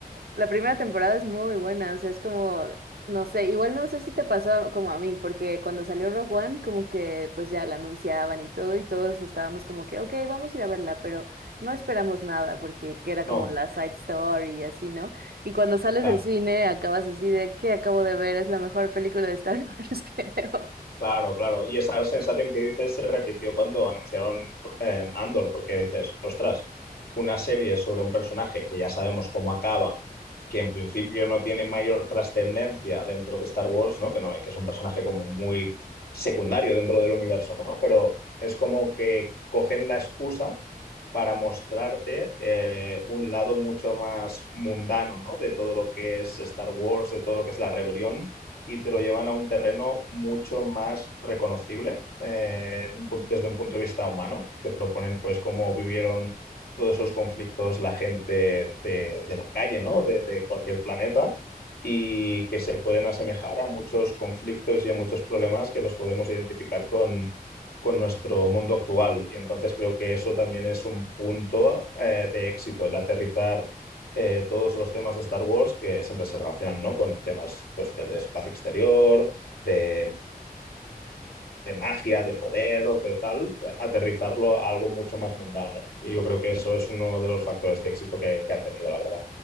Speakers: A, on the right; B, on the left.
A: La primera temporada es muy buena, o sea, es como, no sé, igual no sé si te pasó como a mí, porque cuando salió Rogue One, como que pues ya la anunciaban y todo, y todos estábamos como que, ok, vamos a ir a verla, pero no esperamos nada, porque que era
B: No,
A: como la side story y así, ¿no? Y cuando sales
B: claro.
A: del cine acabas así de, ¿qué acabo de ver? Es la mejor película de Star <laughs> Wars, que creo.
B: Claro, claro. Y esa sensación que dices se repitió cuando anunciaron eh, Andor, porque dices, ostras, una serie sobre un personaje que ya sabemos cómo acaba, que en principio no tiene mayor trascendencia dentro de Star Wars, ¿no? Que no, que es un personaje como muy secundario dentro del universo, ¿no? Pero es como que cogen la excusa para mostrarte eh, un lado mucho más mundano, ¿no? De todo lo que es Star Wars, de todo lo que es la rebelión y te lo llevan a un terreno mucho más reconocible eh, en un pu- desde un punto de vista humano, que te lo ponen pues cómo vivieron todos esos conflictos la gente de, de la calle, ¿no? De, de cualquier planeta y que se pueden asemejar a muchos conflictos y a muchos problemas que los podemos identificar con... con nuestro mundo actual. Y entonces creo que eso también es un punto eh, de éxito, el aterrizar eh, todos los temas de Star Wars que siempre se relacionan, ¿no? Con temas, pues, del espacio exterior, de, de magia, de poder, de tal, aterrizarlo a algo mucho más mundano. Y yo creo que eso es uno de los factores de éxito que, que ha tenido, la verdad.